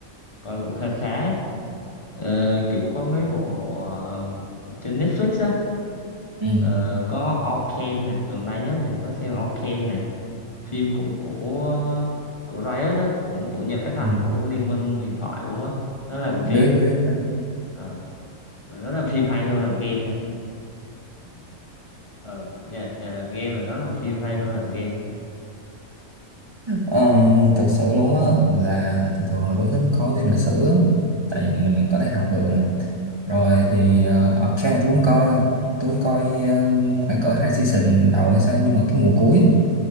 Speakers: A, on the left; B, on the right.
A: coi cũng khá khá Ờ, kiểu có mấy bộ ờ, trên Netflix á
B: ừ.
A: Ờ, có Arcane nè gần đây nhất thì có xem Arcane này phim cũng của của Riot á cũng của nhà phát hành
B: Ừ.
A: của Liên minh huyền thoại luôn á nó làm phim
B: biết biết biết
A: Ờ, mà nó làm phim hay hơn làm game nha ờ nhà nhà làm game mà nó làm phim hay hơn làm game
B: Um, thực sự luôn á là thường thường là tôi thích có thêm lịch sử á. tại vì mình có thể học được nè rồi thì uh, ok tôi cũng coi tôi cũng coi ờ, khoảng cỡ hai season đầu hay sao nhưng mà cái mùa cuối